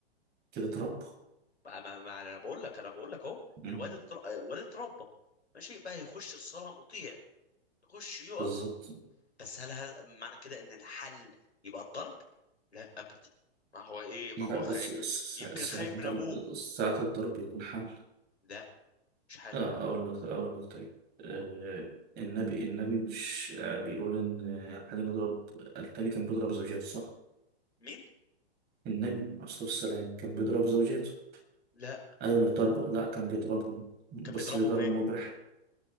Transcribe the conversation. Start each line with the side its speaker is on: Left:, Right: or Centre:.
Right: كده اتربى
Left: ما, ما, ما انا بقول لك انا بقول لك اهو
Right: مم.
Left: الواد اتر- آه، الواد اتربى ماشي بقى يخش الصلاه مطيع يخش يقف
Right: بالظبط
Left: بس هل هذا معنى كده ان الحل يبقى الضرب لا ابدا ما هو ايه ما
Right: لا
Left: هو خايف
Right: بس س-
Left: يمكن خايف
Right: ساعات الضرب
Left: من ابوه
Right: ساعات الضرب يكون حمل
Left: لا مش حل
Right: آه، أقول لك أقول لك طيب آه،
Left: قول
Right: النبي النبي مش آه، بيقول إن آه، إحنا نضرب النبي كان بيضرب زوجاته صح؟
Left: مين
Right: النبي عليه الصلاة والسلام كان بيضرب زوجاته
Left: لا
Right: أيوة مش ضرب لا كان بيضربهم بس
Left: كان بيضربهم
Right: بيضرب
Left: ايه
Right: مبرح